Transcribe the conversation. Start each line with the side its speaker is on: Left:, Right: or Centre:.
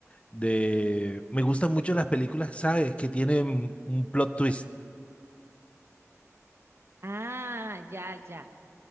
Left: de... Me gustan mucho las películas, ¿sabes? Que tienen un plot twist.
Right: Ah, ya, ya.